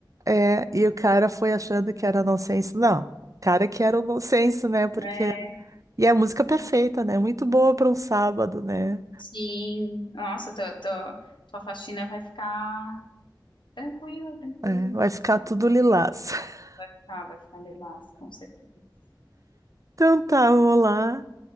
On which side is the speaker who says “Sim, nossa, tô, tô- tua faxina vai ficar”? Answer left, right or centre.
Left